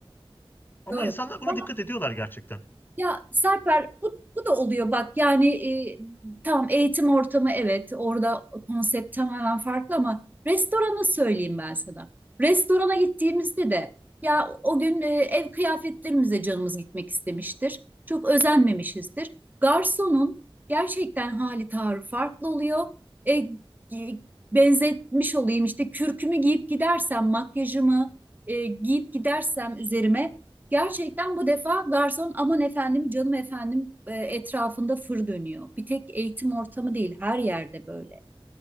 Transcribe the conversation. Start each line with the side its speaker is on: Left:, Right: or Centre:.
Left: Ama
Right: Doğru.
Left: insanlar buna
Right: Ya,
Left: dikkat ediyorlar gerçekten.
Right: ya Serper bu, bu da oluyor bak yani e, tam eğitim ortamı evet orada konsept tamamen farklı ama restoranı söyleyeyim ben sana. Restorana gittiğimizde de ya o o gün e, ev kıyafetlerimize canımız gitmek istemiştir. Çok özenmemişizdir. Garsonun gerçekten hali tavrı farklı oluyor. E, gi- benzetmiş olayım işte kürkümü giyip gidersem makyajımı e, giyip gidersem üzerime Gerçekten bu defa garson aman efendim canım efendim e, etrafında fır dönüyor. Bir tek eğitim ortamı değil her yerde böyle.